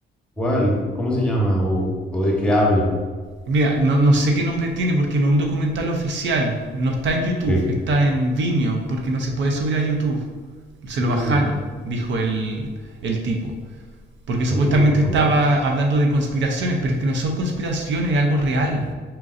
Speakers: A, in the centre; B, on the right.
A: ¿cuál? ¿Cómo se llama? ¿O, o de qué habla?
B: Mira, no, no sé qué nombre tiene porque no es un documental oficial, no está en YouTube,
A: Ok,
B: está en Vimeo, porque no se puede subir a YouTube. Se
A: ok.
B: lo bajaron, dijo el, el tipo. Porque supuestamente
A: Oye, pues, voy
B: estaba
A: a
B: hablando de conspiraciones, pero es que no son conspiraciones, es algo real.